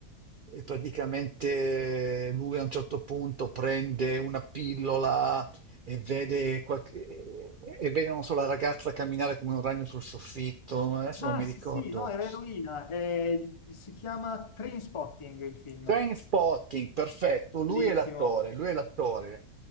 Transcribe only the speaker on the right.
E praticamente lui a un certo punto prende una pillola e vede, qualche- e vede, non so, la ragazza camminare come un ragno sul soffitto. Adesso
non mi
ricordo.
Train Spotting, perfetto, lui
è l'attore, lui è l'attore.